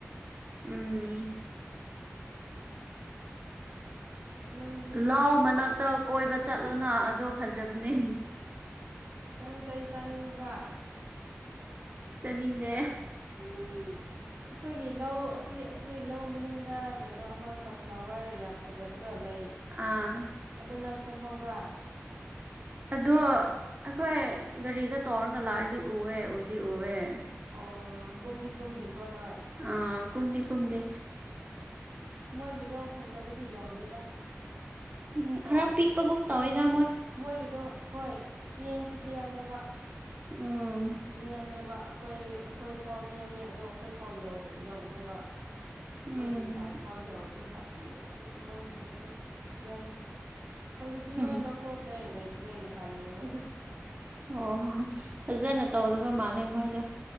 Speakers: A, on the right; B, on the right.
A: ꯎꯝ
B: ꯅꯪꯗꯤ
A: ꯂꯥꯎ ꯃꯅꯥꯛꯇ ꯀꯣꯏꯕ ꯆꯠꯂꯣꯅ ꯑꯗꯣ ꯐꯖꯕꯅꯦ
B: ꯅꯪ ꯆꯩ ꯆꯥꯅꯤꯡꯕ꯭ꯔꯥ
A: ꯆꯅꯤꯡꯗꯦ
B: ꯍꯨꯡ ꯑꯩꯈꯣꯏꯒꯤ ꯂꯧ ꯑꯁꯤ ꯑꯩꯈꯣꯏ ꯂꯧ ꯃꯅꯤꯡꯗ ꯀꯩꯅꯣ ꯑꯃ ꯁꯟꯐ꯭ꯂꯥꯋꯔ ꯌꯥꯝ ꯐꯖꯕꯗꯣ ꯂꯩ
A: ꯑꯥ
B: ꯑꯗꯣ ꯅꯪ ꯈꯪꯍꯧꯕ꯭ꯔꯥ
A: ꯑꯗꯣ ꯑꯩꯈꯣꯏ ꯒꯥꯔꯤꯗ ꯇꯣꯡꯔꯒ ꯂꯥꯛꯑꯔꯗꯤ ꯎꯑꯦ ꯎꯗꯤ ꯎꯑꯦ
B: ꯑꯣ ꯨꯝꯨꯝꯗꯤ ꯀꯨꯝꯗꯤ ꯅꯣꯏ
A: ꯑꯥ ꯀꯨꯝꯨꯝꯗꯤ ꯀꯨꯝꯗ
B: ꯃꯣꯏꯒꯤꯗꯣ ꯐꯖꯕꯗꯤ ꯌꯥꯎꯗꯦꯗ
A: ꯎꯝ
B: ꯀꯣ
A: ꯈꯔ ꯄꯤꯛꯄꯒꯨꯝ ꯇꯧꯋꯦꯗ
B: ꯃꯣꯏꯒꯤꯗꯣ ꯍꯣꯏ ꯇꯦꯟꯁꯨ ꯇꯦꯜꯂꯦꯕ
A: ꯎꯝ
B: ꯅꯦꯝꯃꯦꯕ ꯑꯩꯈꯣꯏ ꯑꯩꯈꯣꯏ ꯐꯥꯎ ꯅꯦꯝꯃꯦ ꯑꯗꯣ ꯑꯩꯈꯣꯏ ꯐꯥꯎ ꯌꯧꯗꯦꯕ ꯑꯩꯈꯣꯏꯒꯤ
A: ꯎꯝ
B: ꯁꯥꯏꯖ ꯐꯥꯎ ꯌꯥꯎꯗꯦꯕ ꯄꯤꯛꯑꯦ ꯑꯗꯨ ꯃꯣꯏꯒꯤꯗꯗꯤ ꯊꯤꯍꯜꯂꯦ ꯍꯧꯖꯤꯛꯇꯤ
A: ꯎꯝ
B: ꯂꯣꯏ ꯂꯧꯊꯣꯛꯈ꯭ꯔꯦ ꯂꯩ ꯆꯠꯇ꯭ꯔꯦꯉ ꯍ ꯌꯦꯉ
A: ꯑꯣ ꯍꯣ ꯐꯖꯅ ꯇꯧꯗꯕ ꯃꯥꯜꯂꯦ ꯃꯣꯏꯗ